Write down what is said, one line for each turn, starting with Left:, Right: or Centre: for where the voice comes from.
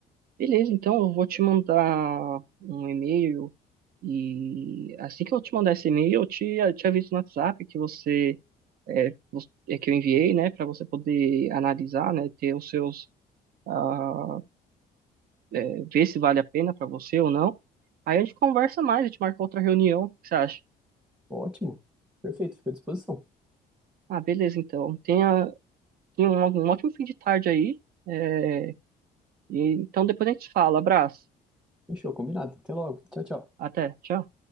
Right: Beleza, então eu vou te mandar um e-mail e assim que eu te mandar esse e-mail, eu te, eu te aviso no WhatsApp que você é, você- é que eu enviei, né, para você poder analisar, né, ter os seus ah, é, ver se vale a pena para você ou não. Aí a gente conversa mais, a gente marca outra reunião, o que você acha?
Centre: Ótimo, perfeito, fico à disposição.
Right: Ah, beleza, então. Tenha, tenha um, um ótimo fim de tarde aí. é, e, então depois a gente se fala. Abraço.
Centre: Fechou, combinado. Até logo. Tchau, tchau.
Right: Até. Tchau.